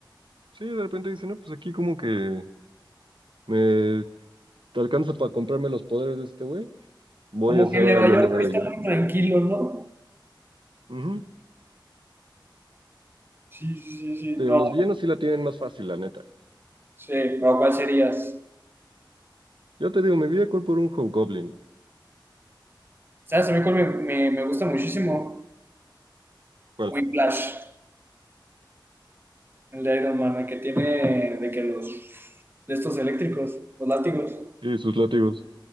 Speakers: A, on the right; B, on the right.
A: Sí, de repente dice, no, pues aquí como que me... ¿Te alcanza para comprarme los poderes de este güey? Voy
B: Como
A: a hacer
B: que en
A: ahora
B: Nueva
A: el Duende
B: York
A: Verde
B: está
A: yo.
B: muy tranquilo, ¿no?
A: Ujú.
B: Sí, sí, sí, sí.
A: Te
B: No,
A: digo, los villanos sí la tienen más fácil, la neta.
B: Sí, pero ¿cuál serías?
A: Yo te digo, me vi a por un Hobgoblin.
B: ¿Sabes? A mí cuál me, me, me gusta muchísimo
A: ¿Cuál?
B: Whiplash, el de Iron Man, el que tiene de que los, de estos eléctricos, los látigos.
A: Sí, sus látigos.